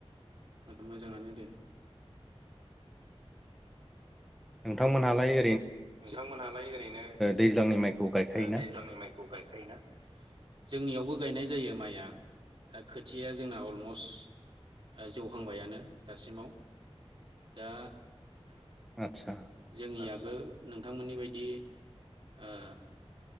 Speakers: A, on the right; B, in the centre.
A: मोजाङानो दे
B: नोंथांमोनहालायै
A: नोंथांमोनहालाय ओरैनो
B: दैज्लांनि माइखौ गायखायोना
A: ओ दैज्लांनि माइखौ गायखायोना जोंनियावबो गायनाय जायो माइआ दा खोथिया जोंना अलमस्ट जौहांबायानो दासिमाव दा
B: आतसा
A: जोंनियाबो नोंथांमोननि बायदि ओ